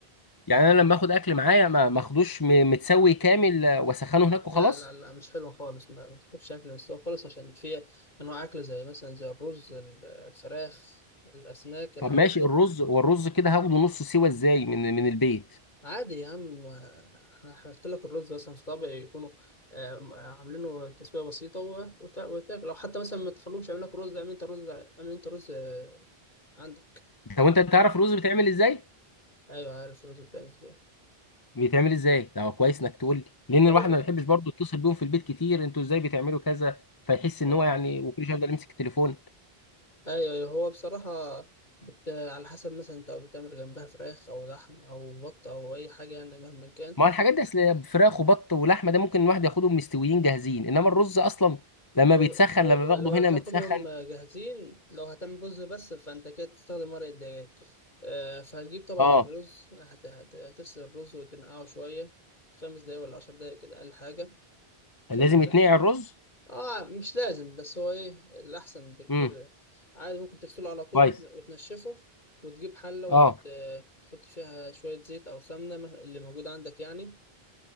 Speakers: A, on the left; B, on the left.
A: يعني انا لما اخد اكل معايا ما ما اخدوش م- متسوي كامل آه، واسخنه هناك
B: لا
A: وخلاص
B: لا لا مش حلوه خالص ما ما تاكلش اكل مستوي خالص عشان في انواع اكل زي مثلا زي الرز ال- الفراخ الاسماك الحاجات
A: طب ماشي
B: دي
A: الرز والرز كده هاخده نص سوا ازاي من من البيت
B: عادي يا عم آه، هحط لك الرز مثلا في طبق يكونوا آه، م- آه، عاملينه تسويه بسيطه و- وت- وتاكل لو حتى مثلا ما تخلوهمش يعمل لك رز اعمل انت رز اعمل انت رز آه، عندك
A: طب انت تعرف الرز بيتعمل ازاي
B: ايوه عارف الرز بتاعي ازاي
A: بيتعمل ازاي ده هو كويس انك تقول لي لان
B: لو
A: الواحد ما بيحبش برضه يتصل بيهم في البيت كتير انتوا ازاي بتعملوا كذا فيحس ان
B: اه
A: هو يعني وكل شويه يفضل يمسك التليفون
B: ايوه أيوة، هو بصراحه بت... على حسب مثلا انت بتعمل جنبها فراخ او لحم او بط او اي حاجه يعني مهما كان
A: ما هو الحاجات دي اصل فراخ وبط ولحمه ده ممكن الواحد ياخدهم مستويين جاهزين انما الرز اصلا لما
B: لو
A: بيتسخن
B: لو
A: لما باخده
B: لو
A: هنا
B: هتاخدهم
A: متسخن
B: جاهزين لو هتعمل رز بس فانت كده تستخدم ورق الدجاج آه، فهتجيب طبعا
A: اه
B: الرز هت- هت- هتغسل الرز وتنقعه شوية خمس دقايق ولا عشر دقايق كده أقل حاجة في
A: لازم
B: ال...
A: يتنقع الرز
B: اه مش لازم بس هو ايه الأحسن بكتير
A: امم
B: عادي ممكن تغسله على طول
A: كويس
B: وتن- وتنشفه وتجيب حلة وت-
A: اه
B: آه، وتحط فيها شوية زيت أو سمنة اللي موجود عندك يعني